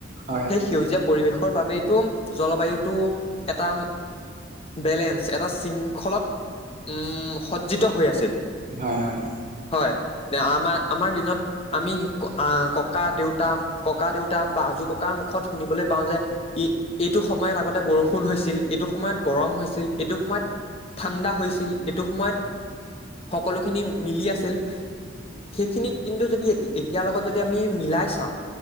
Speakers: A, on the right; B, on the left.
A: হয়
B: সেই সেউজীয়া পৰিৱেশৰ বাবেইতো জলবায়ুতটো এটা বেলেঞ্চ এটা শৃংখলত উম সজ্জিত হৈ আছিল।
A: হয় হয়।
B: হয় আমাৰ আমাৰ দিনত আমি ককা দেউতা ককা দেউতা বা আজো ককাৰ মুখত শুনিবলৈ পাওঁ যে ই এইটো সময়ত আগতে বৰষুণ হৈছিল এইটো সময়ত গৰম হৈছিল এইটো সময়ত ঠাণ্ডা হৈছিল এইটো সময়ত সকলোখিনি মিলি আছিল সেইখিনি কিন্তু যদি এতিয়া এতিয়াৰ লগত যদি আমি মিলাই চাওঁ,